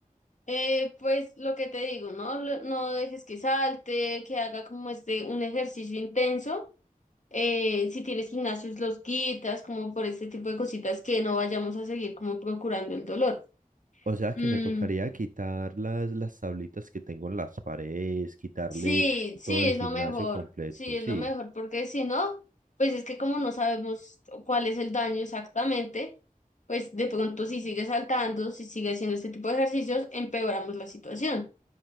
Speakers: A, on the left (about 55°); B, on the right (about 65°).
A: Eh, pues lo que te digo, ¿no? Lo- No dejes que salte, que haga como este un ejercicio intenso. Eh, si tienes gimnasios, los quitas, como por este tipo de cositas que no vayamos a seguir como procurando el dolor.
B: O sea
A: Mm,
B: que me tocaría quitar las, las tablitas que tengo en las paredes, quitarle
A: sí, sí,
B: todo el
A: es
B: gimnasio
A: lo mejor,
B: completo,
A: sí,
B: sí,
A: es lo mejor, porque si no, pues es que como no sabemos cuál es el daño exactamente, pues de pronto si sigue saltando, si sigue haciendo este tipo de ejercicios, empeoramos la situación.